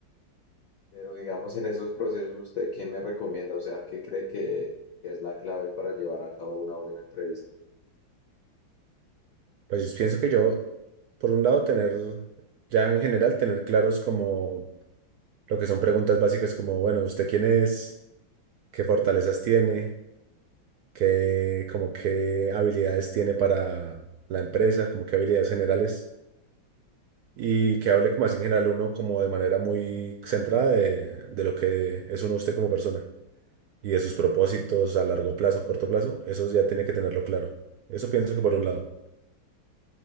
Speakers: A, on the left (about 55°); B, on the right (about 75°).
A: Pero digamos, en esos procesos, ¿usted qué me recomienda? O sea, ¿qué cree que, que es la clave para llevar a cabo una buena entrevista?
B: Pues pienso que yo, por un lado, tener, ya en general, tener claros como lo que son preguntas básicas como, bueno, ¿usted quién es? ¿Qué fortalezas tiene? ¿Qué, como qué habilidades tiene para la empresa? Como qué habilidades generales? Y que hable como así en general uno como de manera muy centrada de, de lo que es uno usted como persona y de sus propósitos a largo plazo, corto plazo, eso ya tiene que tenerlo claro. Eso pienso que por un lado.